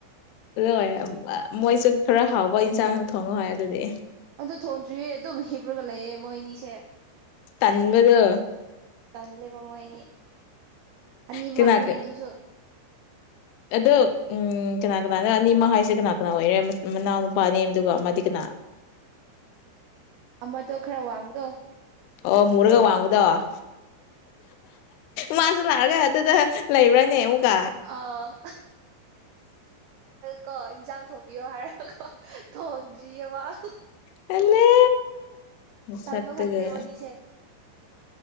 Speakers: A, on the left; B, on the right.
A: ꯑ ꯍ ꯃꯣꯏꯁꯨ ꯈꯔ ꯍꯥꯎꯕ ꯏꯟꯁꯥꯡ ꯊꯣꯡꯉꯣ ꯍꯥꯏ ꯑꯗꯨꯗꯤ
B: ꯑꯗꯨꯗ ꯊꯣꯣꯟ꯭ꯔꯤ ꯑꯗꯨꯝ ꯍꯦꯕꯨ꯭ꯔ ꯀꯂꯦ ꯑꯦ ꯃꯣꯏꯅꯤꯁꯦ
A: ꯇꯟꯕꯗꯣ
B: ꯇꯜꯂꯦꯕ ꯃꯣꯏꯅꯤ ꯑꯅꯤꯃꯛꯅꯦ
A: ꯀꯅꯥ
B: ꯑꯗꯨꯁꯨ
A: ꯑꯗꯣ ꯎꯝ ꯀꯅꯥ ꯀꯅꯥꯅ ꯑꯅꯤ ꯃꯍ ꯍꯥꯏꯁꯦ ꯀꯅꯥ ꯀꯅꯥ ꯑꯣꯏꯔꯦ ꯃꯅꯥꯎ ꯅꯨꯄꯥꯅꯤ ꯑꯗꯨꯒ ꯑꯃꯗꯤ ꯀꯅꯥ
B: ꯃꯠꯇꯣ ꯈꯔ ꯋꯥꯃꯨꯗꯣ
A: ꯑꯣ ꯃꯔꯒ ꯋꯥꯡꯉ ꯑꯗꯣ ꯃꯥꯁꯨ ꯂꯥꯛꯑꯒ ꯑꯗꯨꯗ ꯂꯩꯕ꯭ꯔꯥꯅꯦ ꯑꯃꯨꯛꯀ
B: ꯑ ꯀꯣ ꯏꯟꯖꯥꯡ ꯊꯣꯕꯤꯌꯣ ꯍꯥꯏꯔ ꯣ ꯊꯣꯡꯗ ꯔꯤꯋꯥꯥꯛ
A: ꯇꯜꯂꯦ ꯃꯁꯛꯇꯨꯒ
B: ꯇꯥꯜꯃ ꯈꯇ ꯂ ꯋꯥꯅꯤ